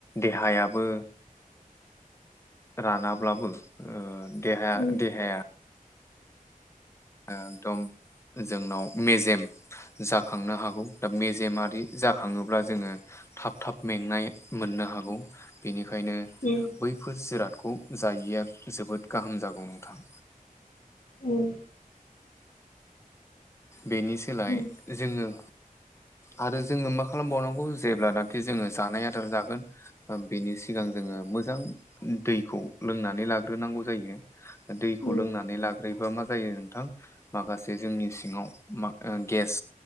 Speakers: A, on the left; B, on the left.
A: देहायाबो रानाब्लाबो देहा
B: उम
A: देहाया एकदम जोंनाव मेजेम जाखांनो हागौ दा मेजेमारि जाखाङोब्ला जोङो थाब थाब मेंनाय मोननो हागौ बेनिखायनो
B: उम
A: बैफोर जिरादखौ जायैया जोबोद गाहाम जागौ नोंथां
B: उम
A: बेनि सोलाय
B: उम
A: जोङो आरो जोङो मा खालामबावनांगौ जेब्लानाखि जोङो जानाय आदार जागोन बेनि सिगां जोङो मोजां दैखौ लोंनानै लाग्रोनांगौ जायो दैखौ
B: उम
A: लोंनानै लाग्रोयोबा मा जायो नोंथां माखासे जोंनि सिङाव गेस